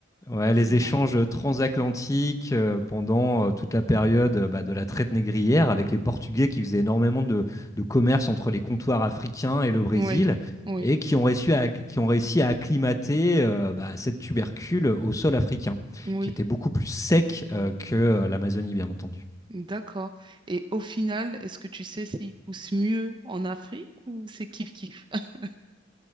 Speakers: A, on the left; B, on the right.
A: Ouais,
B: Ah,
A: les
B: c'est marrant.
A: échanges transatlantiques euh, pendant euh, toute la période euh, bah, de la traite négrière avec les Portugais qui faisaient énormément de, de commerce entre les comptoirs africains et le Brésil
B: Oui, oui,
A: et qui ont réussi à, qui ont réussi à acclimater euh, bah, cette tubercule au sol africain
B: oui.
A: qui était beaucoup plus sec euh, que euh, l'Amazonie, bien entendu.
B: D'accord. Et au final, est-ce que tu sais s'ils poussent mieux en Afrique ou c'est kiff-kiff? <laughs>